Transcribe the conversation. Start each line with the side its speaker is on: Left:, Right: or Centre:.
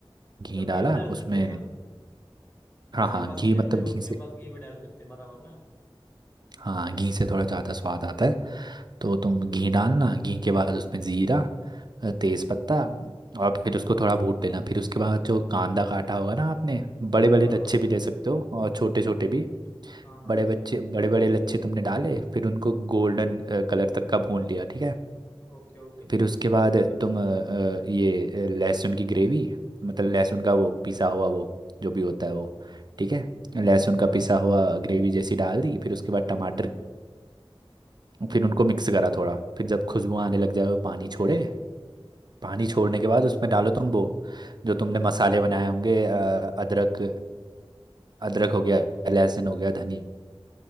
Right: घी
Left: मतलब
Right: डाला
Left: घी भी डाल सकते
Right: उसमें
Left: हैं हम जिसके
Right: हाँ हाँ
Left: पास
Right: घी
Left: तेल
Right: मतलब
Left: नहीं
Right: घी
Left: उसके
Right: से
Left: पास घी भी डाल सकते हैं बराबर ना
Right: हाँ घी से थोड़ा ज़्यादा स्वाद आता है तो तुम घी डालना घी के बाद उसमें जीरा अ, तेज पत्ता और फिर उसको थोड़ा भून लेना फिर उसके बाद जो कांदा काटा होगा ना आपने बड़े बड़े
Left: हाँ
Right: लच्छे
Left: हाँ
Right: भी ले सकते हो और छोटे छोटे
Left: ओके
Right: भी
Left: हाँ हाँ
Right: बड़े
Left: हाँ,
Right: बच्चे बड़े बड़े लच्छे तुमने डाले फिर उनको गोल्डन कलर तक का भून लिया ठीक है
Left: ओके ओके
Right: फिर उसके बाद तुम अ, अ, ये अ, लहसुन की ग्रेवी मतलब लहसुन का वो पिसा हुआ वो जो भी होता है वो ठीक है लहसुन का
Left: हाँ
Right: पिसा हुआ ग्रेवी जैसी डाल दी फिर उसके बाद टमाटर फिर उनको मिक्स करा थोड़ा फिर जब खुशबू आने लग जाए वो पानी छोड़े पानी छोड़ने के बाद उसमें डालो तुम वो जो तुमने मसाले बनाए होंगे अ, अदरक अदरक हो गया लहसुन हो गया धनिया